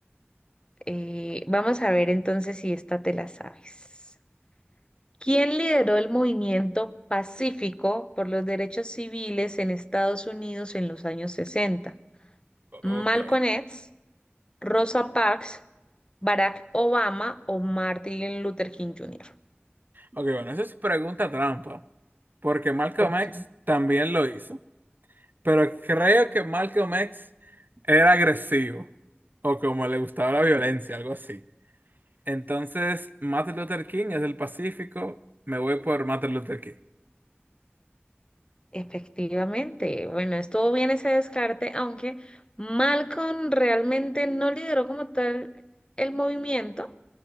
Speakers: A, on the left; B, on the right.
A: eh, vamos a ver entonces si esta te la sabes. ¿Quién lideró el movimiento pacífico por los derechos civiles en Estados Unidos en los años 60?
B: O-
A: ¿Malcolm
B: Ok.
A: X, Rosa Parks, Barack Obama o Martin Luther King Jr.?
B: Ok, bueno, eso es pregunta trampa. Porque Malcolm
A: Porque
B: X también lo hizo. Pero creo que Malcolm X era agresivo. O como le gustaba la violencia, algo así. Entonces, Martin Luther King es del Pacífico. Me voy por Martin Luther King.
A: efectivamente, bueno, estuvo bien ese descarte, aunque Malcolm realmente no lideró como tal el movimiento,